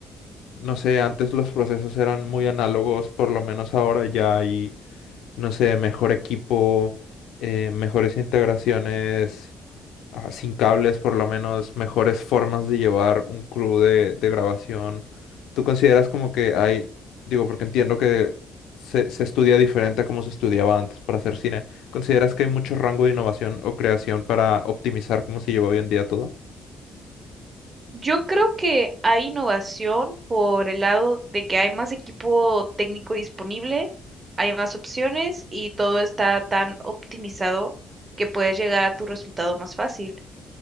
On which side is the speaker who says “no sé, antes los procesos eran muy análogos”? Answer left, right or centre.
Left